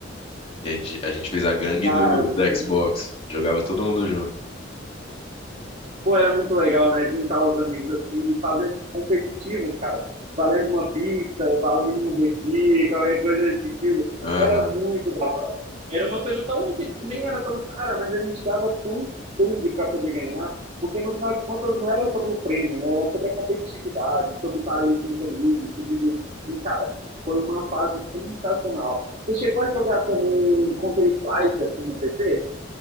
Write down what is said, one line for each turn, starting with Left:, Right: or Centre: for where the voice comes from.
Left: E a gente, a gente fez a gangue
Right: Cara,
Left: do, da
Right: tem.
Left: Xbox. Jogava todo mundo junto.
Right: Pô, era muito legal, né? Juntar os amigos assim e fazer esses competitivos, cara. Valendo uma pizza, valendo um refri, qualquer coisa desse sentido.
Left: Aham.
Right: Era muito da hora. Era uma coisa tão que nem era tão cara, mas a gente dava tão sangue para poder ganhar, porque no final de contas não era sobre o prêmio, né? Era sobre a competitividade, sobre estar ali com os amigos, se divertir. E, cara, foi uma fase sensacional. Você chegou a jogar também Counter-Strike assim no PC?